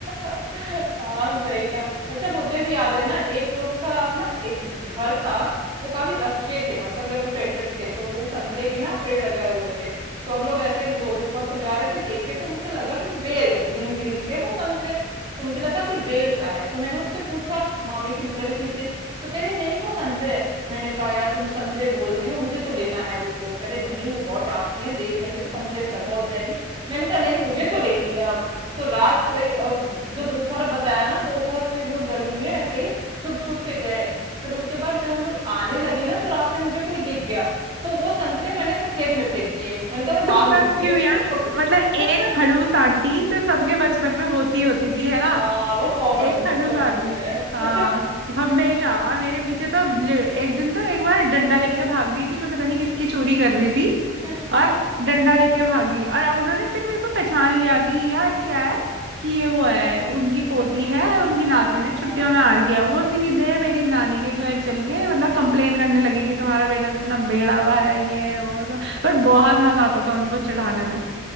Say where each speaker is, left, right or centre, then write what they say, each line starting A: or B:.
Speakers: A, on the right (about 25°); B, on the right (about 60°).
A: हाँ सही था अच्छा मुझे भी याद है ना एक लोग का ना एक घर था वो काफी अच्छे थे मतलब रेपुटेटेड थे तो वो संतरे के ना पेड़ लगाए हुए थे तो हम लोग ऐसे ही दो- दोपहर को जा रहे थे देखे तो मुझे लगा कि बेल है ग्रीन ग्रीन थे वो संतरे तो मुझे लगा कि बेल का है तो मैंने उससे पूछा मामी की लड़की से तो कह रही नहीं वो संतरे है।" मैंने कहा यार तुम संतरे बोल दियो मुझे तो लेना है अब इसको कह रहे नहीं वो बहुत डांटती है देख लेंगे तो कंप्लेन घर पहुंच जाएगी मैंने कहा नहीं मुझे तो लेनी है अब तो रात को वही और जो दोपहर बताया ना दोपहर को ही हम लोग गर्मी में ऐसे ही छुप छुप के गए फिर उसके बाद जब हम लोग आने लगे ना तो रास्ते में मुझे कोई दिख गया तो वो संतरे मैंने ऐसे खेत में फेंक दिए मैंने कहा मैं बाद
B: पता
A: में लूंगी
B: नहीं क्यों
A: उसको
B: यार मतलब
A: <laughs>
B: एक खड़ूस आंटी तो सबके बचपन में होती होती थी है ना
A: आ, वो कॉमन
B: एक खड़ूस
A: कॉमन
B: आंटी
A: होता है
B: हाँ
A: <laughs>
B: हमेशा और मेरे पीछे तो ले- एक दिन तो एक बार डंडा लेके भाग गई थी मैं पता नहीं किसकी चोरी कर रही थी
A: हाँ
B: और डंडा लेके भागी और अब उन्होंने फिर मेरे को पहचान लिया कि यार क्या है कि ये वो है उनकी पोती है उनकी
A: हाँ
B: नातिन है छुट्टियों में
A: हाँ
B: आ रही है और वो सीधे मेरी नानी के घर चल के मतलब कंप्लेन करने लगी कि तुम्हारा बेटा तो इतना बिगड़ा हुआ है ये है, वो पर बहुत मजा आता था उनको चढ़ाने में